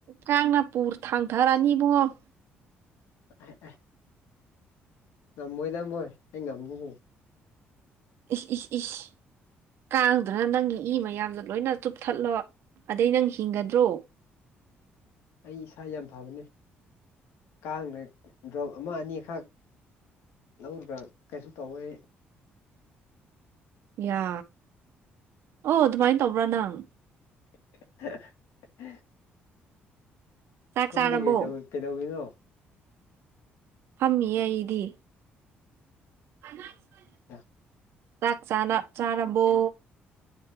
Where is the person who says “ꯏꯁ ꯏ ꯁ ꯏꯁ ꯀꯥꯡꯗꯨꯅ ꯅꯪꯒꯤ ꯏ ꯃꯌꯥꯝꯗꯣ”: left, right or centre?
Right